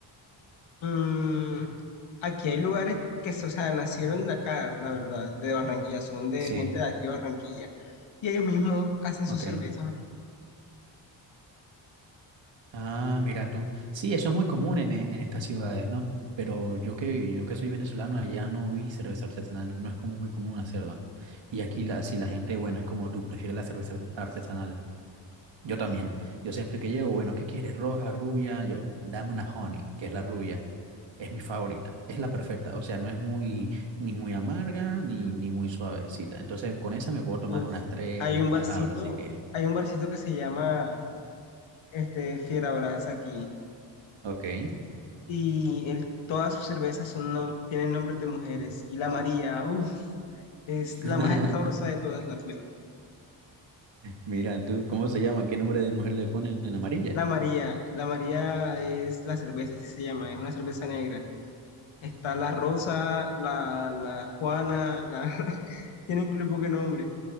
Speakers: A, on the left (about 80°); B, on the right (about 70°).
A: Mm, aquí hay lugares que, o sea, nacieron de acá, la verdad, de Barranquilla, son de
B: Sí,
A: gente de aquí de Barranquilla. Y ellos mismos hacen sus
B: ok.
A: cervezas
B: Ah, mira tú. Sí, eso es muy común en, e- en estas ciudades, ¿no? Pero yo que, yo que soy venezolano, allá no vi cerveza artesanal, no es como muy común hacerla. Y aquí la, si la gente, bueno, es como tú prefieres la cerveza artesanal. Yo también. Yo siempre que llego, bueno, ¿qué quieres? Roja, rubia. Yo, dame una honey, que es la rubia. Es mi favorita. Es la perfecta. O sea, no es muy, ni muy amarga, ni, ni muy suavecita. Entonces, con esa me puedo tomar
A: Uf,
B: unas tres
A: hay
B: mientras
A: un barcito,
B: hablo. Así que,
A: hay un barcito que se llama este Fiera Brasa aquí
B: ok.
A: y el- todas sus cervezas son nom- tienen nombres de mujeres y la María, uf, es
B: <laughs>
A: la más sabrosa de todas, la plena.
B: Mira tú, ¿cómo se llama? ¿Qué nombre de mujer le ponen en amarilla?
A: La María, la María es la cerveza, así se llama, es una cerveza negra. Está la Rosa, la, la Juana, la <laughs> tienen un poco de nombre,